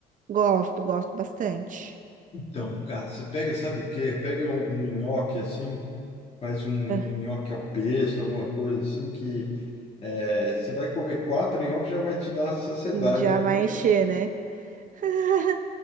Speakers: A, on the right (about 50°); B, on the left (about 35°).
A: gosto, gosto bastante.
B: Então, cara, você pega, sabe o quê? Pega um, um nhoque assim, faz um
A: Ah,
B: nhoque ao pesto, alguma coisa assim, que é, você vai comer quatro nhoques já vai te dar saciedade
A: Já
B: ali
A: vai
B: no negócio.
A: encher, né? <laughs>